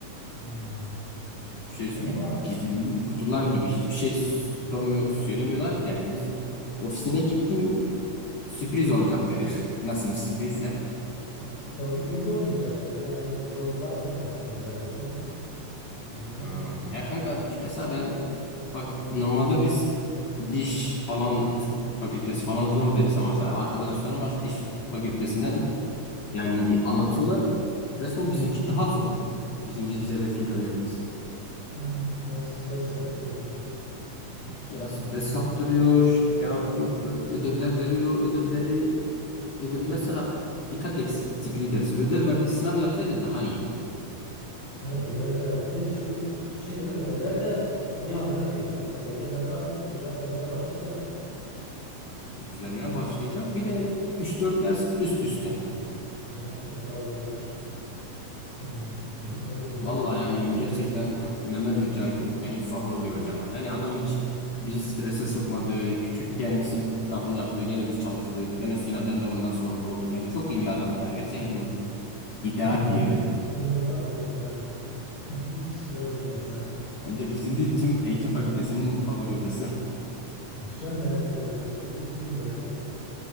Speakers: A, on the left; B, on the left.
A: hmm.
B: Şey,
A: Ama
B: gizemli kutular gibi hiçbir şey sormuyor, söylemiyorlar ki. Yani biz ofisine gittim sürpriz olacak dedi. <laughs> Nasıl bir sürprizse.
A: hmm, aslında teorik bilgi olmayacak dedi. Yani zorlanmayacaksınız da dedi. Bilmiyorum
B: Ha,
A: ki nasıl soracaklar.
B: ya kanka mesela ben bak normalde biz diş falan tıp fakültesi falan zor deriz ama mesela arkadaşlarım var diş tıp fakültesinden yani anlatıyorlar resmen bizimki daha zor. Bizim vize ve finallerimiz.
A: Aynen ya bayağı stres yaptırıyor bizi. Hiç,
B: Ya stres
A: hmm,
B: yaptırıyor, şey yapıyor, ödevler veriyor, ödevleri, ödevli
A: evet.
B: mesela dikkat eksikliği dersi. Ödev verdi, sınav yapsaydı daha iyiydi.
A: Hani ödev verdi. Şu şu şekilde ödevler de bir anda geliyor. Mesela gelecek hafta artık hocalar vermeye başlayacak.
B: Vermeye başlayacak. Bir de üç dört ders üst üste.
A: Yani Eda Hoca'dır. Hmm, ne bileyim
B: Vallahi
A: Dehp'tir
B: yani
A: işte.
B: gerçekten Mehmet Hoca benim favori hocam. Yani adam hiç bizi strese sokmadı. Küçük gene bir sınavını yaptı, gene biz çalıştık, gene finalden de ondan sorumlu olduk. Yani çok iyi bir adam ya. Gerçekten yani
A: Yani
B: ideal
A: benim de,
B: bir öğretmen.
A: <laughs> benim de favorim hocamdı. <laughs> Hiç yormuyor insan.
B: Bence bizim değil tüm eğitim fakültesinin favori hocası.
A: Şu an ne yapıyorlar dersleri hiç girmiyor bence. <laughs>